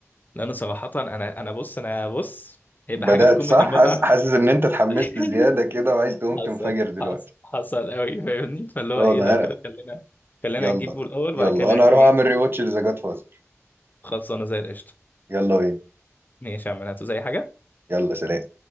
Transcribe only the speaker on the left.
لأن صراحة أنا أنا بص أنا بص هيبقى
حاجة في قمة
المتعة
<laughs>
حصل
حصل حصل قوي فاهمني فاللي هو
إيه
لو
كده خلينا خلينا
نجيبه الأول
وبعد كده نرجع
إيه
خلصانه زي القشطه
ماشي يا عم هاتوا زي حاجه